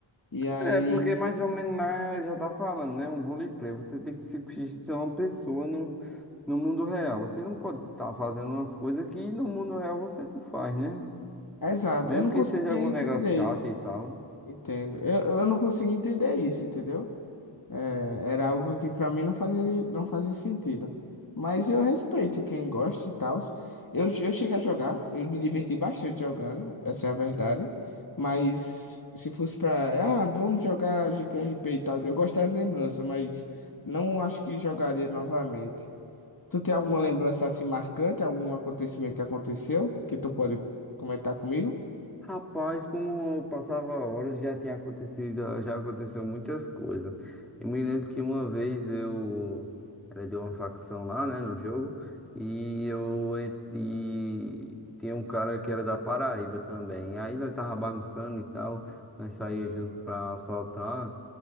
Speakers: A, on the left; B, in the centre.
A: E aí.
B: É, porque mais ou menos lá já tá falando, né? Um roleplay. Você tem que se ser uma pessoa no, no mundo real. Você não pode estar fazendo umas coisas que no mundo real você não faz, né?
A: Exato,
B: Mesmo
A: eu não
B: que
A: conseguia
B: seja algum
A: entender.
B: negócio chato e tal.
A: Entendo. Eu, eu não conseguia entender isso, entendeu? É, era algo que pra mim não fazia, não fazia sentido. Mas eu respeito quem gosta e tal. Eu, eu cheguei a jogar, eu me diverti bastante jogando, essa é a verdade. Mas se fosse pra. Ah, vamos jogar GTRP e tal. Eu gosto das lembranças, mas não acho que jogaria novamente. Tu tem alguma lembrança assim marcante, algum acontecimento que aconteceu que tu pode comentar comigo?
B: Rapaz, como eu passava horas, já tinha acontecido, já aconteceu muitas coisas. Eu me lembro que uma vez eu era de uma facção lá, né, no jogo, e eu en- e tinha um cara que era da Paraíba também. Aí nós tava bagunçando e tal, nós saía junto pra assaltar.